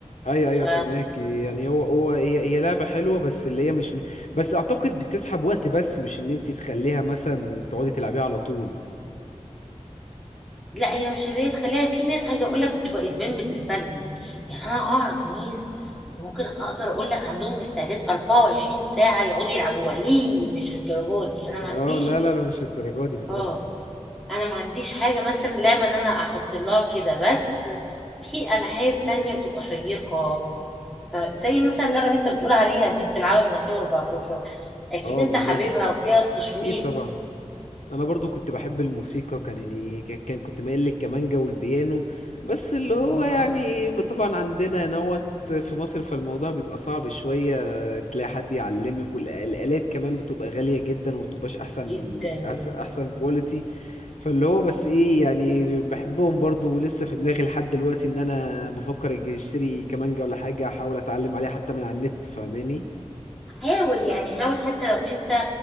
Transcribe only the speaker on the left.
ايوه
ايوه فاهمك يعني هو هو هي هي لعبه حلوه بس اللي هي مش بس اعتقد بتسحب وقت بس مش ان انت تخليها مثلا تقعدي تلعبيها على طول
اه
لا لا لا مش الدرجة دي بالظبط
اه
بالظبط
اكيد طبعا انا برضو كنت بحب الموسيقى كان يعني ك- كان كنت مايل للكمانجا والبيانو بس اللي هو
يعني طبعا عندنا نوت في مصر فالموضوع بيبقى صعب شوية تلاقي حد يعلمك والآلات كمان بتبقى غالية جدا ومبتبقاش أحسن
أحس- أحسن كواليتي فاللي هو بس إيه يعني بحبهم برضو ولسه في دماغي لحد دلوقتي إن أنا بفكر أجي أشتري كمانجا ولا حاجة أحاول أتعلم عليها حتى من على النت فاهماني